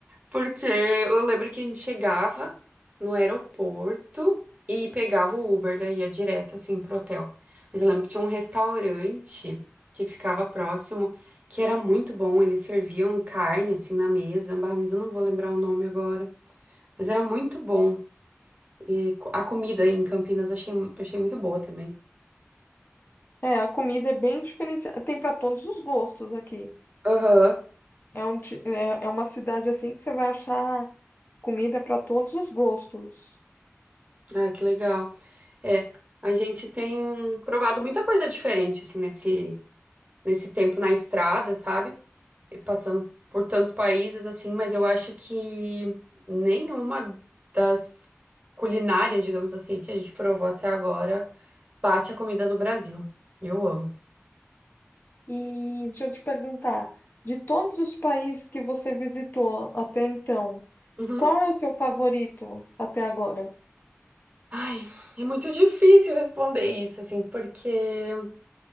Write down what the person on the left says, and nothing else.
É, a comida é bem diferenciada. Tem para todos os gostos aqui.
É, um, ti- é, é uma cidade, assim, que você vai achar comida para todos os gostos.
E deixa eu te perguntar, de todos os países que você visitou até então,
qual é o seu favorito até agora?